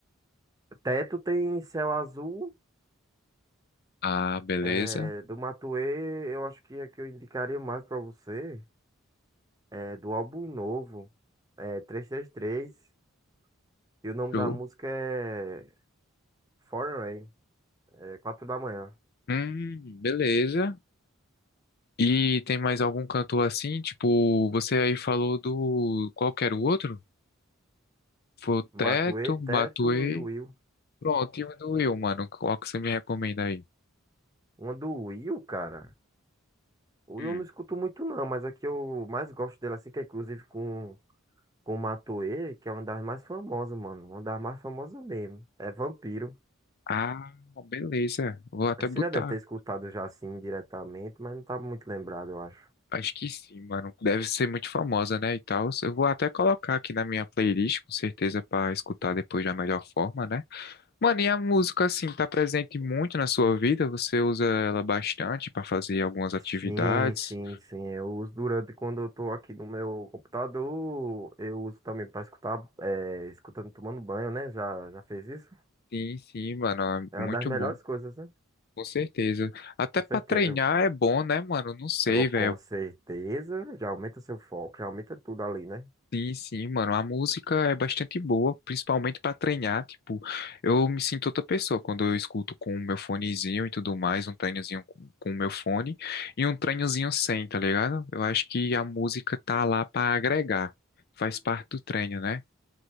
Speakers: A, on the right; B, on the left.
A: Teto tem Céu Azul,
B: Ah, beleza.
A: é, do Matuê, eu acho que é que eu indicaria mais pra você, é do álbum novo, é 333, e trinta e três, e o nome
B: Show.
A: da música é Foreign, Rain, é 4 da manhã.
B: Hum, beleza. E tem mais algum cantor assim? Tipo, você aí falou do... Qual que era o outro? Foi o Teto,
A: Matuê, Teto
B: Matuê.
A: e Will.
B: Pronto, e o do Will, mano. Qual que você me recomenda aí?
A: Uma do Will, cara. O Will
B: Hum.
A: eu não escuto muito não, mas a que eu mais gosto dele assim, que é inclusive com com Matoê, que é uma das mais famosas, mano. Uma das mais famosas mesmo. É Vampiro.
B: Ah, beleza. Vou até
A: Você
B: botar.
A: já deve ter escutado já assim diretamente, mas não tá muito lembrado, eu acho.
B: Acho que sim, mano. Deve ser muito famosa, né? E tal. Eu vou até colocar aqui na minha playlist, com certeza, pra escutar depois da melhor forma, né? Mano, e a música, assim, tá presente muito na sua vida? Você usa ela bastante pra fazer algumas atividades?
A: Sim, sim, sim. Eu uso durante quando eu tô aqui no meu computador, eu uso também pra escutar, é, escutando tomando banho, né? Já, já fez isso?
B: Sim, sim, mano.
A: É
B: é
A: uma
B: Muito
A: das melhores
B: bom.
A: coisas, né?
B: Com certeza. Até
A: Com
B: pra
A: certeza.
B: treinar é bom, né, mano? Não sei,
A: Agora, com
B: velho.
A: certeza, já aumenta o seu foco, já aumenta tudo ali, né?
B: Sim, sim, mano. A música é bastante boa, principalmente pra treinar. Tipo, eu me sinto outra pessoa quando eu escuto com o meu fonezinho e tudo mais, um treinozinho com com o meu fone e um treinozinho sem, tá ligado? Eu acho que a música tá lá pra agregar. Faz parte do treino, né?